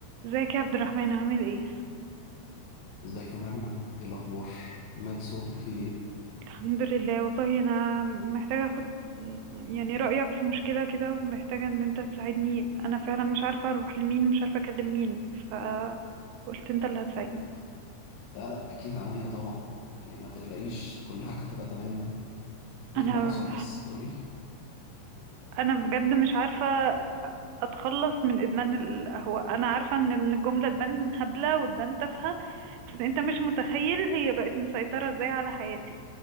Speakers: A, on the right; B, on the left.
A: ازيك يا عبد الرحمن عامل ايه
B: ازيك يا مرنة ايه الاخبار مال صوتك فيه ايه
A: الحمد لله والله انا محتاجه اخد يعني رايك في مشكله كده ومحتاجه ان انت تساعدني انا فعلا مش عارفه اروح لمين ومش عارفه اكلم مين فقلت انت اللي هتساعدني
B: لا لا اكيد عينيا طبعا يعني ما تقلقيش كل حاجه هتبقى تمام ايه
A: انا
B: اللي حصل بس قولي لي
A: انا بجد مش عارفه اتخلص من ادمان القهوه انا عارفه ان إن الجمله تبان هبله وتبان تافهه بس انت مش متخيل هي بقت مسيطره ازاي على حياتي